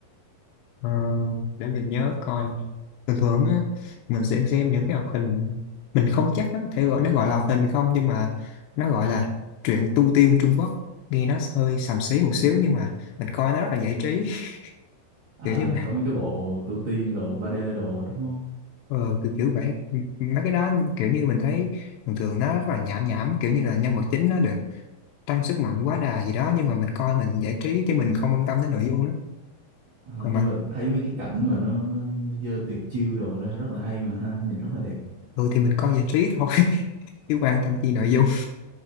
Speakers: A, on the left; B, on the right.
A: ờ, để mình nhớ coi thường thường á mình sẽ xem những cái hoạt hình mình không chắc nó có thể gọi nó gọi là hoạt hình không nhưng mà nó gọi là truyện tu tiên Trung Quốc nghe nó hơi xàm xí một xíu nhưng mà mình coi nó rất là giải trí <laughs>
B: à
A: kiểu như
B: có mấy cái bộ tu tiên đồ ba d đồ đó, đúng không
A: ờ, kiểu, kiểu vậy M- mấy cái đó kiểu như mình thấy thường thường nó rất là nhảm nhảm kiểu như là nhân vật chính nó được tăng sức mạnh quá đà gì đó nhưng mà mình coi mình giải trí chứ mình không quan tâm đến nội dung đó
B: Ờ,
A: còn
B: nhưng
A: bạn
B: mà thấy mấy cái cảnh mà nó nó nó dơ tuyệt chiêu đồ ra rất là hay mà ha nhìn rất là đẹp
A: ừ thì mình coi giải trí thôi <laughs> chứ quan tâm chi nội dung